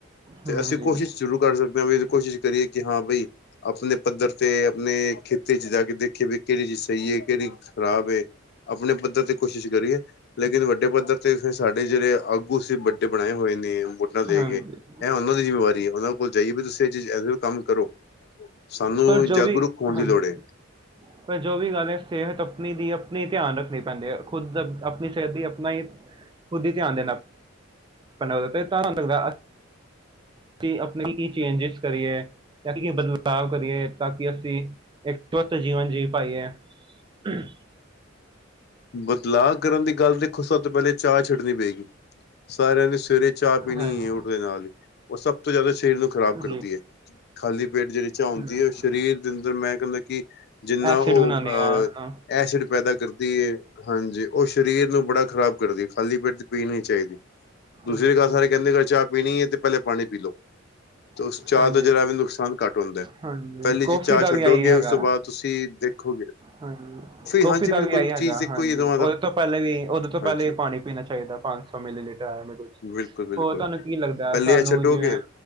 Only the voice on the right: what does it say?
ਹਾਂਜੀ
ਹਾਂਜੀ
ਪਰ ਜੋ
ਵੀ
ਹਾਂਜੀ
ਪਰ ਜੋ ਵੀ ਗੱਲ ਐ, ਸਿਹਤ ਆਪਣੀ ਦੀ ਆਪਣੀ ਧਿਆਨ ਰੱਖਣੀ ਪੈਂਦੀ ਐ ਖੁੱਦ ਆਪਣੀ ਸਿਹਤ ਦੀ ਨਹੀਂ ਖੁਦ ਹੀ ਧਿਆਨ ਦੇਣਾ ਆਪਾਂ ਲੱਗਦਾ ਤਾਰਾਂ ਕੀ, ਆਪਣੇ ਕੀ ਚੇਂਜਿਸ ਕਰੀਏ। ਤਾਂ ਕੀ ਇਹ ਬਦਲਾਵ ਕਰੀਏ, ਤਾਂ ਅਸੀਂ ਇੱਕਜੁਤ ਜੀਅ ਪਾਈਏ ਹਮ' ' <inaudible>
ਹਾਂਜੀ
ਜੀ
ਹਮ
ਐਸਿਡ
ਬਣਾਉਂਦੇ
ਆ ਹਨਾ।
ਅੱਛਾ
ਹਾਂਜੀ
ਹਾਂਜੀ,
ਕੌਫੀ
ਦਾ
ਵੀ ਆਹੀ ਹੈਗਾ,
ਹਾਂਜੀ ਕੌਫੀ
ਦਾ
ਵੀ ਆ ਏ ਹੈਗਾ
ਹਾਂਜੀ,
ਉਹਦੇ
ਤੋਂ ਪਹਿਲੇ ਵੀ, ਉਹਦੇ ਤੋਂ
ਪਹਿਲੇ ਵੀ ਪਾਣੀ-ਪੀਣਾ ਚਾਹੀਦਾ ਪਾ ਮਿਲੀ ਮੇਰੇ ' <unintelligible>
'
ਹੋਰ ਤੁਹਾਨੂੰ ਕੀ ਲੱਗਦਾ
ਸਾਨੂੰ
ਤੁਹਾਨੂੰ ਜੇ